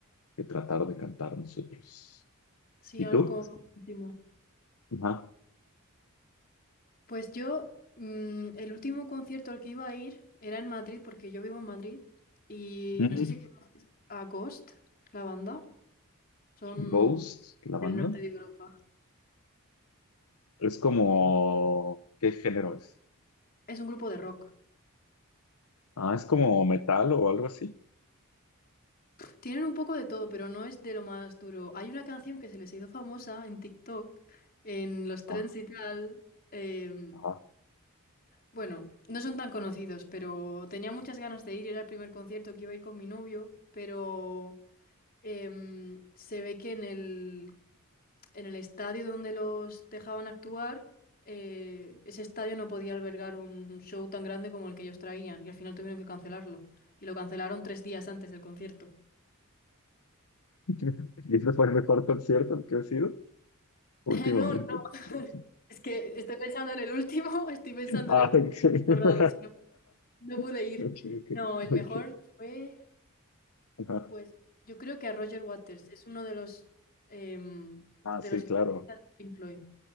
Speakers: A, on the left; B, on the left.
A: que tratar de cantar nosotros.
B: Sí,
A: ¿Y
B: algo
A: tú?
B: como último.
A: Ajá.
B: Pues yo, mm, el último concierto al que iba a ir era en Madrid, porque yo vivo en Madrid. Y
A: Mm,
B: no sé si conoces a Ghost, la banda. Son
A: Ghost, la banda.
B: del norte de Europa.
A: Es como, ¿qué género es?
B: Es un grupo de rock.
A: Ah, es como metal o algo así.
B: Tienen un poco de todo, pero no es de lo más duro. Hay una canción que se les hizo famosa en TikTok, en los trends
A: Ah,
B: y tal. em,
A: ajá.
B: bueno, no son tan conocidos, pero tenía muchas ganas de ir. Era el primer concierto que iba a ir con mi novio, pero em, se ve que en el, en el estadio donde los dejaban actuar, eh, ese estadio no podía albergar un show tan grande como el que ellos traían y al final tuvieron que cancelarlo. Y lo cancelaron tres días antes del concierto.
A: <laughs> Y ese fue el mejor concierto que ha sido últimamente.
B: <laughs> No, no, <laughs>
A: <laughs>
B: es que estoy pensando en el último, <laughs> estoy pensando
A: Ah,
B: en el
A: ok.
B: último round, sí, No, no
A: <laughs>
B: pude ir.
A: Ok, ok,
B: No, el
A: ok.
B: mejor fue,
A: Ajá.
B: pues, yo creo que a Roger Waters, es uno de los em,
A: Ah,
B: de
A: sí,
B: los guitarristas
A: claro.
B: de Pink Floyd.